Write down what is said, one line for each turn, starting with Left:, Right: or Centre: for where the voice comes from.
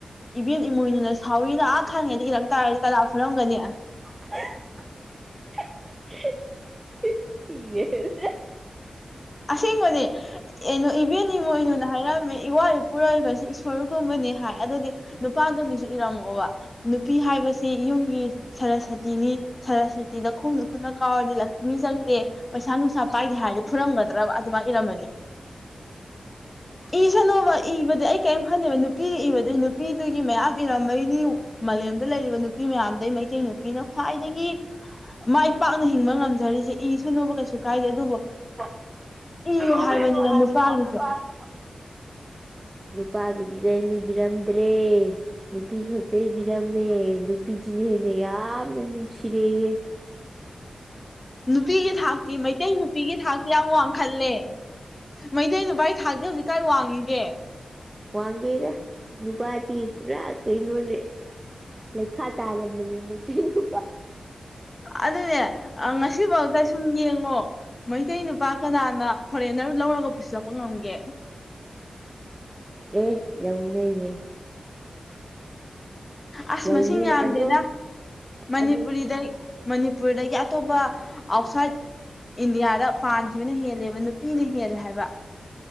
Left: ꯏꯕꯦꯟ ꯏꯃꯣꯏꯅꯨꯅ ꯁꯥꯎꯋꯏꯅ ꯑꯥ ꯊꯥꯉꯩꯗꯤ ꯀꯈꯤꯔꯝ ꯇꯥꯔꯗꯤ ꯀꯅꯥ ꯐꯨꯔꯝꯒꯅꯤ
Right: <unintelligible> ꯁꯤꯔꯦꯗ
Left: ꯑꯁꯦꯡꯕꯅꯦ ꯏꯕꯦꯟ ꯏꯃꯣꯏꯅꯨꯅ ꯍꯥꯏꯔꯝꯃꯦ ꯏꯋꯥ ꯄꯨꯔꯛꯏꯕꯁꯦ ꯏꯁꯣꯔꯒꯨꯝꯕꯅꯤ ꯍꯥꯏ ꯑꯗꯨꯗꯤ ꯅꯨꯄꯥꯗꯨꯒꯤꯁꯨ ꯏꯔꯝꯃꯛꯑꯣꯕ ꯅꯨꯄꯤ ꯍꯥꯏꯕꯁꯤ ꯌꯨꯝꯒꯤ ꯁꯔꯁꯇꯤꯅꯤ ꯁꯔꯁꯇꯤꯗ ꯈꯣꯡꯗ ꯐꯅ ꯀꯥꯎꯔꯗꯤ ꯂꯛꯁꯃꯤ ꯆꯪꯗꯦ ꯄꯩꯁꯥ ꯅꯨꯡꯁꯥ ꯄꯥꯏꯗꯦ ꯍꯥꯏꯔꯗꯤ ꯈꯨꯔꯝꯒꯗ꯭ꯔꯕ ꯑꯗꯨꯃꯥꯏꯅ ꯏꯔꯝꯃꯗꯤꯦ
Right: <unintelligible>
Left: ꯏꯁꯅꯣꯕ ꯏꯕꯗꯤ ꯑꯩ ꯀꯔꯤꯝ ꯈꯟꯗꯦꯕ ꯅꯨꯄꯤ ꯏꯕꯗꯨ ꯅꯨꯄꯤꯗꯨꯒꯤ ꯃꯌꯥꯝ ꯏꯔꯝꯕꯩꯅꯤ꯫ ꯃꯥꯂꯦꯝꯗ ꯂꯩꯔꯤꯕ ꯅꯨꯄꯤ ꯃꯌꯥꯝꯗꯩ ꯃꯩꯇꯩ ꯅꯨꯄꯤꯅ ꯈ꯭ꯋꯥꯏꯗꯒꯤ ꯃꯥꯏ ꯄꯥꯛꯅ ꯍꯤꯡꯕ ꯉꯝꯖꯔꯤꯁꯦ ꯏ ꯁꯨꯅꯨꯕ ꯀꯩꯁꯨ ꯀꯥꯏꯗꯦ ꯑꯗꯨꯕꯨ
Right: <unintelligible>
Left: ꯏꯌꯨ ꯍꯥꯏꯕꯅꯤꯅ ꯅꯨꯄꯥꯒꯤꯁꯨ
Right: ꯅꯨꯄꯥꯒꯤꯗꯤ ꯀꯩ ꯃꯤꯕꯤꯔꯝꯗ꯭ꯔꯦ ꯅꯨꯄꯤ ꯈꯛꯇꯩ ꯐꯤꯜꯝꯅꯣ ꯅꯨꯄꯤꯁꯤꯅ ꯍꯦꯟꯅ ꯌꯥꯝꯅ ꯅꯨꯡꯁꯤꯗꯦꯌꯦ꯫
Left: ꯅꯨꯄꯤꯒꯤ ꯊꯥꯛꯇꯤ ꯃꯩꯇꯩ ꯅꯨꯄꯤꯒꯤ ꯊꯥꯛꯇꯤ ꯌꯥꯝꯉ ꯋꯥꯡꯈꯜꯂꯦ ꯃꯩꯇꯩ ꯅꯨꯄꯥꯢ ꯊꯥꯛ ꯆꯦ ꯍꯧꯖꯤꯛ ꯀꯥꯏ ꯋꯥꯡꯉꯤꯒꯦ꯫
Right: ꯋꯥꯟꯒꯦꯔꯦ ꯅꯨꯄꯥꯗꯤ ꯄꯨꯔꯥ ꯀꯩꯅꯣꯅꯦ ꯂꯩꯈꯥ ꯇꯥꯔꯝꯕꯅꯦ ꯃꯩꯇꯩ ꯅꯨ
Left: ꯑꯗꯨꯅꯦ ꯉꯁꯤꯐꯥꯎꯗ꯫ ꯁꯨꯝ ꯌꯦꯡꯉꯣ ꯃꯩꯇꯩ ꯅꯨꯄꯥ ꯀꯅꯥꯅ ꯐꯣꯔꯦꯟꯅꯔ ꯂꯧꯔꯒ ꯄꯨꯁꯤꯜꯂꯛꯄ ꯉꯝꯒꯦ?
Right: ꯑꯦ ꯌꯥꯎꯟ ꯌꯥꯏꯌꯦꯦ
Left: ꯑꯁ
Right: ꯂꯧꯅꯩ
Left: ꯃꯁꯤꯡ ꯌꯥꯝꯗꯦꯅ
Right: ꯑꯗꯣ
Left: ꯃꯅꯤꯄꯨꯔꯤꯗ
Right: ꯑꯗꯨ
Left: ꯃꯅꯤꯄꯨꯔꯗꯒꯤ ꯑꯇꯣꯞꯄ ꯑꯥꯎꯠꯁꯥꯏꯠ ꯏꯟꯗꯤꯌꯥꯗ ꯄꯥꯟꯈꯤꯕꯅ ꯍꯦꯜꯂꯦꯕ ꯅꯨꯄꯤꯅ ꯍꯦꯜꯂꯦ ꯍꯥꯏꯕ